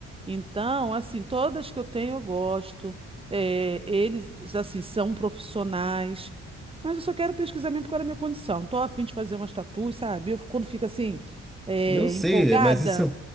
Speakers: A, on the right; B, in the centre.
A: Então, assim, todas que eu tenho eu gosto. É, eles, assim, são profissionais. Mas eu só quero pesquisar mesmo porque era a minha condição. Tô a fim de fazer umas tatuas, sabe? Eu, quando fico assim, é,
B: Eu sei,
A: empolgada.
B: mas isso, é,